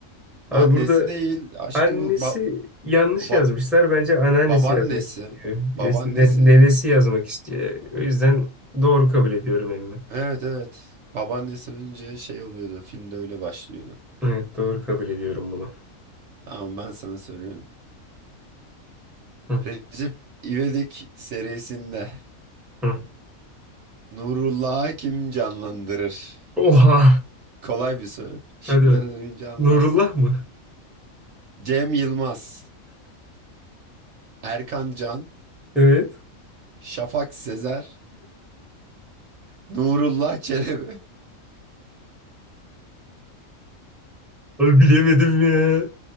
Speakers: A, in the centre; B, on the right.
A: Abi
B: Annesi
A: burada
B: değil, aşkı
A: annesi
B: bu ba-
A: yanlış
B: ba-
A: yazmışlar. Bence anneannesi
B: babaannesi.
A: yazmak istiyor. Ya
B: Babaannesi.
A: işte ne- nenesi yazmak istiyor. O yüzden doğru kabul ediyorum emmi.
B: Evet evet. Babaannesi önce şey oluyordu. Filmde öyle başlıyordu.
A: Evet doğru kabul ediyorum bunu.
B: Tamam ben sana söylüyorum.
A: Hı,
B: Recep İvedik serisinde
A: hı.
B: Nurullah Hakim canlandırır?
A: Oha!
B: Kolay bir soru. Şıkları
A: Hadi bak.
B: duyunca anlarsın.
A: Nurullah mı?
B: Cem Yılmaz, Erkan Can,
A: Evet.
B: Şafak Sezer, Nurullah Çelebi.
A: Abi bilemedim ya.